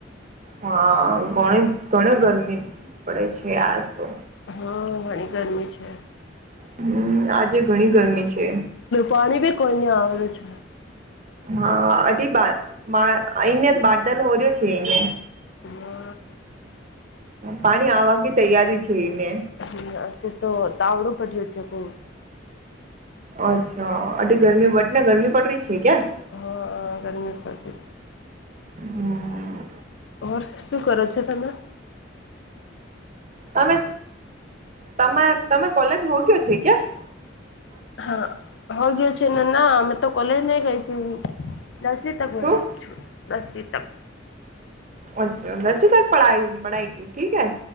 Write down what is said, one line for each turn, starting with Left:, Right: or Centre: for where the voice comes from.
Right: હા, ઘણી ઘણી ગરમી પડે છે આજ તો.
Left: હા ઘણી ગરમી છે.
Right: હમ્મ, આજે ઘણી ગરમી છે
Left: પાણી ભી કોઈ નહી આવડે છે.
Right: હા અઢી બા આઈને બાદલ હોર્યો છે એને.
Left: હા,
Right: પાણી આવવા કે તૈયારી છે એને.
Left: હમ્મ, કે તો તાવડું પડ્યું છે કોઈ.
Right: અચ્છા, અઢી ગરમી બટ ને ગરમી પડે ર છે કયા?
Left: હા ગરમી પથી.
Right: હમ્મ.
Left: ઓર શું કરો છો તમે?
Right: તમે, તમે તમે કોલેજ ભોગ્યો છે ક્યા?
Left: હા, હો ગયો છે ના અમે તો કોલેજ નઈ ગઈ છી. દસવી તક ભણું
Right: શું
Left: છું દસવી તક.
Right: ઓછા દશવી તક પધાઈ પઢાઇ કી ઠીકે?